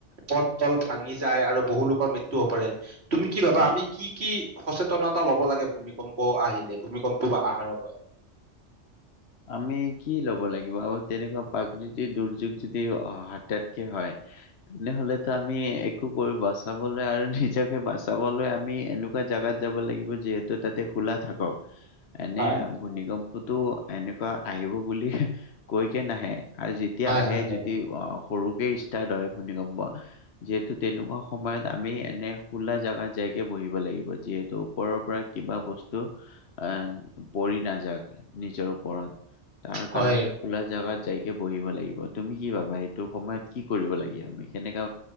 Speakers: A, on the right; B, on the left.
A: পথ তল ভাঙি যায় আৰু বহু লোকৰ মৃত্যু হব পাৰে। তুমি কি ভাবা
B: অ
A: আমি কি কি সচেতনতা লব লাগে ভূমিকম্প আহিলে, ভূমিকম্প কোবা আহাৰক হয়।
B: আমি কি ল'ব লাগিব আঁ তেনেকুৱা প্ৰাকৃতিক দুৰ্যোগ যদি হতাৎকে হয় তেনেহলেতো আমি একো কৰি বচাবলৈ আৰু নিজকে বচাবলৈ আমি এনো কোৱা জাগাত যাব লাগিব যিহেতু তাতে খোলা থাকক। এনে
A: হয়
B: ভূমিকম্পতো এনেকুৱা আহিব বুলি কৈ কে নাহে আৰু যেতিয়া
A: হয়
B: আহে
A: হয়
B: যদি অহ সৰুকে ইষ্টাট হয় ভূনিকম্প যিহেতু তেনেকুৱা সময়ত আমি এনে খোলা জাগাত যাইকে বহিব লাগিব যিহেতু ওপৰৰ পৰা কিবা বস্তু আহ পৰি নাযাক নিজৰ ওপৰত তাৰ
A: হয়
B: কাৰণে খোলা জাগাত যাইকে বহিব লাগিব তুমি কি ভাবা সেইটো সময়ত কি কৰিব লাগিব আমি কেনেকা